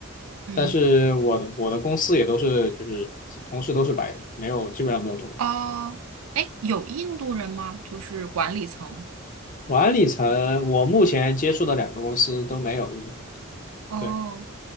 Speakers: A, on the right; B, on the left.
A: 嗯，
B: 但是我的我的公司也都是就是同事都是白人，没有基本上没有中国人。
A: 哦，哎，有印度人吗？就是管理层，
B: 管理层，我目前接触的两个公司都没有一个。
A: 哦，
B: 对。